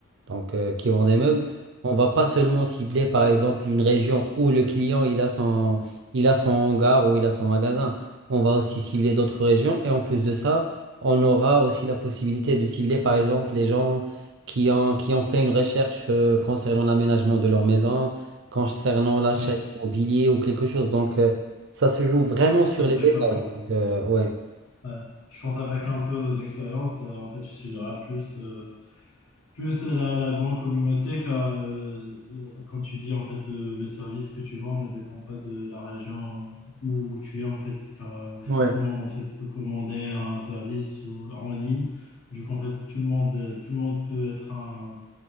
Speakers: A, on the right; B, on the left.
A: donc euh, qui vend des meubles, on va pas seulement cibler, par exemple, une région où le client il a son, il a son hangar ou il a son magasin. On va aussi cibler d'autres régions. Et en plus de ça, on aura aussi la possibilité de cibler, par exemple, les gens qui ont, qui ont fait une recherche euh, concernant l'aménagement de leur maison, concernant l'achat
B: Oui,
A: immobilier ou quelque chose. Donc, euh, ça se joue vraiment sur
B: on
A: les
B: est d'accord.
A: détails. Donc, euh, ouais.
B: hein. Ouais. Je pense avec un peu d'expérience, euh, en fait, tu subiras plus, euh, plus la, la bonne communauté car, euh, euh, comme tu dis, en fait, le, le service que tu vends ne dépend pas de la région euh, où tu es, en fait, car euh,
A: Ouais,
B: tout le monde, en fait, peut commander un service ou- en ligne. Du coup, en fait, tout le monde, euh, tout le monde peut être un,